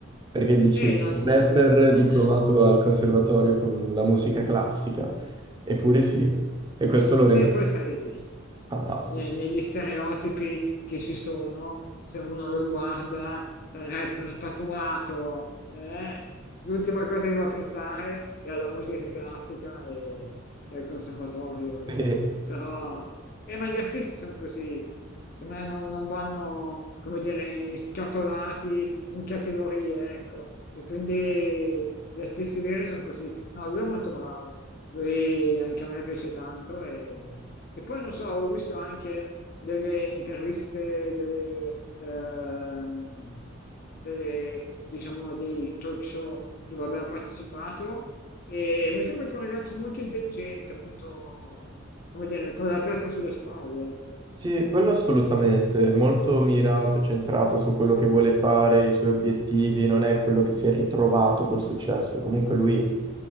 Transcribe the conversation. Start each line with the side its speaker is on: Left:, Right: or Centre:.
Right: perché dici,
Left: eh, non,
Right: un rapper
Left: non- non-
Right: diplomato
Left: <laughs>
Right: al Conservatorio con la musica classica, eppure sì, e questo lo rende
Left: E poi Eh, sai,
Right: fantastico.
Left: ne- negli stereotipi che ci sono, se uno lo guarda, sai, rapper tatuato, eh, l'ultima cosa che va a pensare è alla musica classica e, e al conservatorio, ecco.
Right: <laughs> Sì.
Left: Però, eh, ma gli artisti sono così, secondo me non, non vanno, come dire, scatolati in categorie, ecco. E quindi gli artisti veri sono così. No, lui è molto bravo, lui anche a me piace tanto e, e poi non so, avevo visto anche delle interviste, delle, ehm, delle, diciamo, dei talk show dove aveva partecipato e mi sembra che è un ragazzo molto intelligente, molto, come dire, con la testa sulle spalle, ecco.
Right: Sì, quello assolutamente, molto mirato, centrato su quello che vuole fare, i suoi obiettivi, non è quello che si è ritrovato col successo. Comunque lui